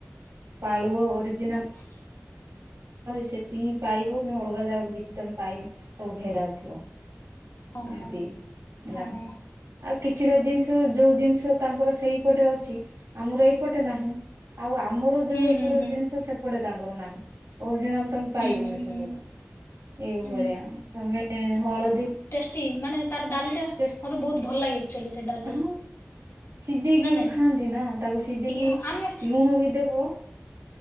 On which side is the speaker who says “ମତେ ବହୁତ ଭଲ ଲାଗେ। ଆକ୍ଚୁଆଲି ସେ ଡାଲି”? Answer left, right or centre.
Left